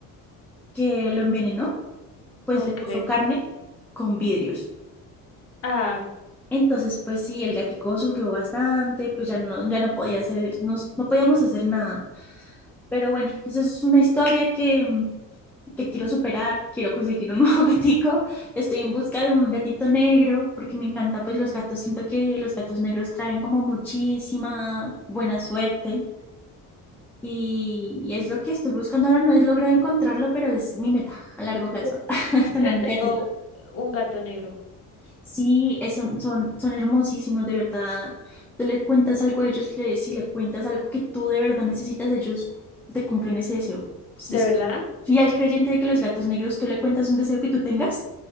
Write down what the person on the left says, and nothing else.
okay
Ah,
yo,
yo
tengo
un gato negro.
¿De
verdad?